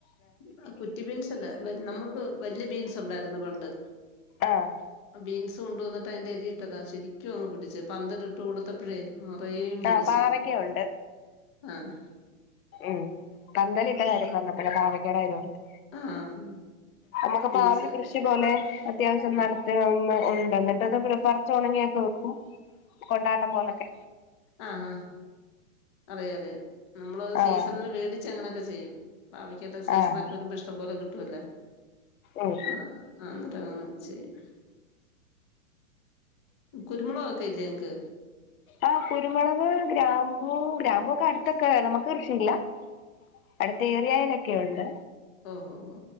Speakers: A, on the left (about 20°); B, on the left (about 75°).
A: ഇപ്പ കുറ്റി ബീൻസ് അല്ല നമുക്ക് വല്യ ബീൻസ് ഉണ്ടായിരുന്നു പണ്ട്
B: ആഹ്
A: ബീൻസ് കൊണ്ട് വന്നിട്ട് അതിന്റെ അരി ഇട്ടതാ ശരിക്കും അങ്ങ് പിടിച്ച പന്തലിട്ട് കൊടുത്തപ്പഴേ നറെയേം പിടിച്
B: ആഹ് പാവയ്ക്കയുണ്ട്
A: ആഹ്
B: ഉം പന്തലിട്ട കാര്യം പറഞ്ഞപ്പയാ പാവക്കേട കാര്യം ഓർത്തേ
A: ആഹ്
B: നമുക്ക്
A: ബീൻസ്
B: പാവല് കൃഷി പോലെ അത്യാവശ്യം
A: ആഹ്
B: നട ഏഹ് ഉണ്ട് എന്നിട്ടത് പറച്ച് ഉണങ്ങിയൊക്കെ വെക്കും കൊണ്ടാട്ടം പോലൊക്കെ
A: ആഹ് ആഹ് അറിയാം അറിയാം നമ്മള് അത്
B: ആഹ്
A: സീസണില് മേടിച്ച് അങ്ങനെയൊക്കെ ചെയ്യും പാവക്കേടെ സീസണൊക്കെ
B: ആഹ്
A: വരുമ്പോ ഇഷ്ടം പോലെ കിട്ടുവല്ലേ
B: ഉം
A: ആഹ് ആഹ് ആഹ് ഇന്ന്ട്ട് അങ്ങനെ ചെയ്യും കുരുമുളകൊക്കെ ഇല്ലേ ഇങ്ങക്ക്
B: ആഹ് കുരുമുളക് ഗ്രാമ്പു ഗ്രാമ്പു ഒക്കെ അടുത്തൊക്കെ നമുക്ക് കൃഷിയില്ല അടുത്ത ഏറിയായിലൊക്കെയുണ്ട്
A: ഓഹ് ഹോ ഹോ